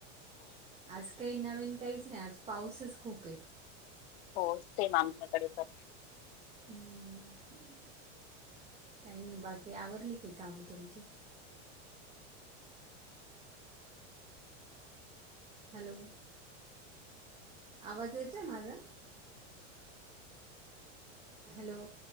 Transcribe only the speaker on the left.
हो, सेम आमच्याकडे पण